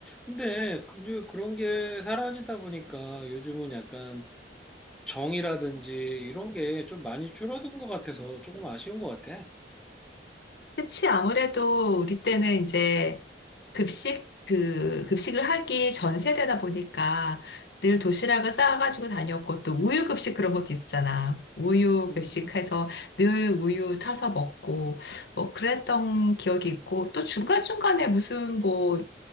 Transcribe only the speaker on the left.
그치, 아무래도 우리 때는 이제 급식, 그, 급식을 하기 전 세대다 보니까 늘 도시락을 싸가지고 다녔고 또 우유 급식 그런 것도 있었잖아. 우유
급식해서 늘 우유 타서 먹고 뭐 그랬던 기억이 있고 또 중간중간에 무슨 뭐